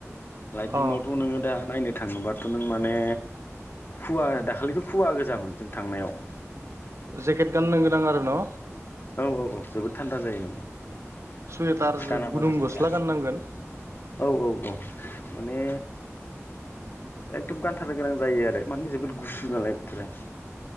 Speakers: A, on the left; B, on the right.
A: लाइटलुमावथ'
B: अ
A: नोङो दा नायनो थाङोबाथ' नों माने खुवा दाखालिथ' खुवा गोजामोन जों थांनायाव
B: जेकेट गाननो गोनां आरो न'
A: औ औ औ जोबोद थान्दा जायो माने।
B: सुवेटार
A: गानाबा
B: गुदुं
A: जाखाथ्रा
B: गस्ला गाननांगोन।
A: औ औ औ माने एखदम गानथारनो गोनां जायो आरो माने जोबोद गुसु नालाय बथोरा।